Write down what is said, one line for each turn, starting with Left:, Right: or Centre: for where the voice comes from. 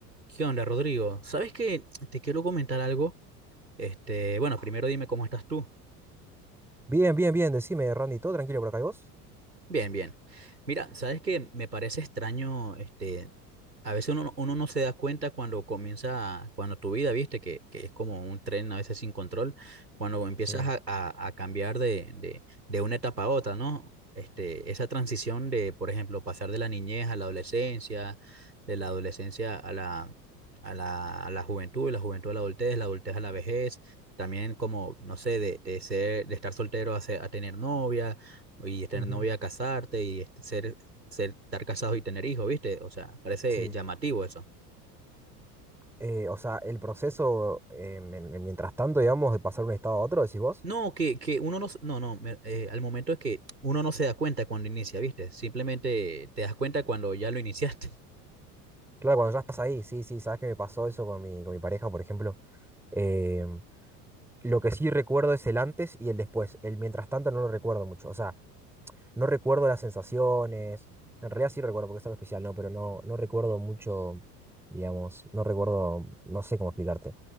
Right: ¿Qué onda, Rodrigo? ¿Sabes qué? Te quiero comentar algo. Este, bueno, primero dime cómo estás tú.
Centre: Bien, bien, bien, decime, Randy, ¿todo tranquilo por acá y vos?
Right: Bien, bien. Mira, sabes que me parece extraño, este, a veces uno, no- uno no se da cuenta cuando comienza, cuando tu vida, viste, que, que es como un tren a veces sin control, cuando empiezas
Centre: Sí,
Right: a, a- a cambiar de, de, de una etapa a otra, ¿no? Este, esa transición de, por ejemplo, pasar de la niñez a la adolescencia, de la adolescencia a la, a la, a la juventud, de la juventud a la adultez, la adultez a la vejez, también como, no sé, de, de ser, de estar soltero a, ser- a tener novia y tener
Centre: ujú,
Right: novia, casarte y este, ser, ser, estar casado y tener hijos, ¿viste? O sea, parece
Centre: sí.
Right: llamativo eso.
Centre: Eh, o sea, el proceso, eh, men- mientras tanto, digamos, de pasar de un estado a otro, decís vos.
Right: No, que, que uno no, s- no, no, me- eh, al momento es que uno no se da cuenta cuando inicia, ¿viste? Simplemente te das cuenta cuando ya lo iniciaste. <laughs>
Centre: Claro, cuando ya estás ahí, sí, sí, sabes que me pasó eso con mi, con mi pareja, por ejemplo. Em, lo que sí recuerdo es el antes y el después. El mientras tanto no lo recuerdo mucho. O sea, no recuerdo las sensaciones. En realidad sí recuerdo porque es algo especial, ¿no? Pero no, no recuerdo mucho, digamos, no recuerdo, no sé cómo explicarte.